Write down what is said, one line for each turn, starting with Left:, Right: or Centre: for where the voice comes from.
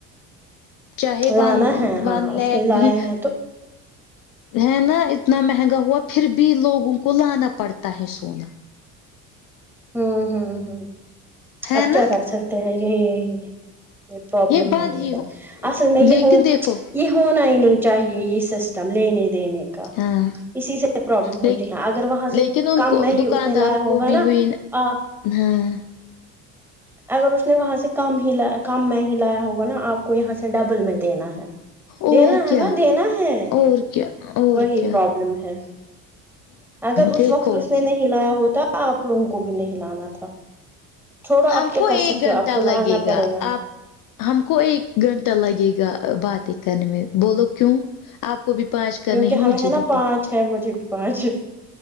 Left: چاہے
Centre: لانا
Left: ون
Centre: ہے
Left: ون
Centre: ہاں اس
Left: لکھ
Centre: نے لایا
Left: بھی
Centre: ہے تو
Left: ہے نا اتنا مہنگا ہوا پھر بھی لوگوں کو لانا پڑتا ہے سونا
Centre: ہوں ہوں ہوں
Left: ہے
Centre: اب کیا
Left: نا
Centre: کر سکتے ہیں یہ ہی یہ پرابلم
Left: بند
Centre: ہے لیکن
Left: ہی ہو
Centre: اصل میں یہ
Left: لیکن
Centre: ہو
Left: دیکھو
Centre: یہ ہونا ہی نہیں چاہیے یہ سسٹم لینے دینے کا
Left: ہاں
Centre: اسی سے پرابلم ہوتی
Left: لیک
Centre: ہے اگر وہاں سے
Left: لیکن ان
Centre: کم
Left: کو
Centre: میں ہی
Left: دکانداروں
Centre: اس نے لایا ہوگا
Left: کو بھی
Centre: نا
Left: ہوئی
Centre: آں
Left: ہاں
Centre: اگر اس نے وہاں سے کم ہی لا کم میں ہی لایا ہوگا نا آپ کو یہاں سے ڈبل میں دینا ہے
Left: اور
Centre: دینا ہے
Left: کیا
Centre: نا دینا ہے
Left: اور کیا اور
Centre: وہی
Left: کیا
Centre: پرابلم ہے اگر اس
Left: دیکھو
Centre: وقت اس نے نہیں لایا ہوتا آپ لوگوں کو بھی نہیں لانا تھا چھوڑو آپ
Left: ہم
Centre: کیا
Left: کو
Centre: کر سکتے
Left: ایک گھنٹہ
Centre: ہو اب تو لانا
Left: لگے
Centre: پڑے
Left: گا آپ ہم کو ایک گھنٹہ لگے گا باتیں کرنے میں بولو کیوں آپ کو بھی پانچ کرنے
Centre: کیونکہ
Left: ہیں
Centre: ہم
Left: مجھے
Centre: ہے نا
Left: بھی
Centre: پانچ ہے مجھے بھی پانچ